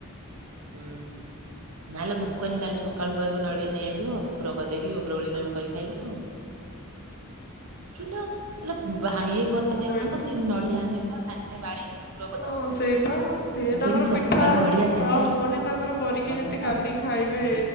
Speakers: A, on the right; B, on the left.
A: ହୁଁ ନହେଲେ ମୁଁ କହିଲି କାଲି ସକାଳୁ କହିବ ନଡ଼ିଆ ନେଇଆସିବ। ପୁରର କରିଦେଇ କି ଉପରେ ଓଳି ନହେଲେ ଖାଇଲେ ଖାଇବ। କି ଲୋ ଆଲୋ ଭାଇଏ କରିଦେଇଥାନ୍ତଆ
B: କଣ କହିଲୁ?
A: ସେ ନଡିଆ ଆଣିକି ତ ସାଙ୍ଗେ ସାଙ୍ଗେ ବାଡେଇକି ପୁର କରିଦବ
B: ହଁ ସେଇପା ସେ
A: ମୁଁ
B: ତାଙ୍କର
A: କହିନି ସକାଳୁ
B: ପିଠା ଅ
A: ନଡିଆ ସାଙ୍ଗେ ସାଙ୍ଗେ
B: ହବନି
A: ରଖିଥାଅ
B: ତାଙ୍କର କରିକି
A: ରଖିଦିଅ।
B: ଯଦି କାଲି ଖାଇବେ
A: ହୁଁ